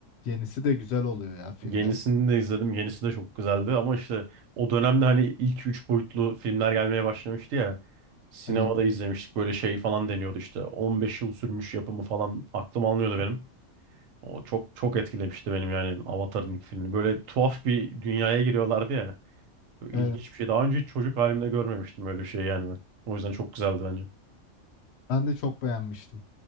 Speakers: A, on the left (about 65°); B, on the right (about 80°).
A: yenisi de güzel oluyor ya filmde.
B: Yenisini de izledim. Yenisi de çok güzeldi ama işte o dönemde hani ilk üç boyutlu filmler gelmeye başlamıştı ya. Sinemada
A: Evet.
B: izlemiştik böyle şey falan deniyordu işte. 15 yıl sürmüş yapımı falan aklım almıyordu benim. O çok çok etkilemişti benim yani Avatar'ın ilk filmi. Böyle tuhaf bir dünyaya giriyorlardı ya. Böyle
A: Evet.
B: ilginç bir şey. Daha önce hiç çocuk halimde görmemiştim öyle bir şey yani ben. O yüzden çok güzeldi bence.
A: Ben de çok beğenmiştim.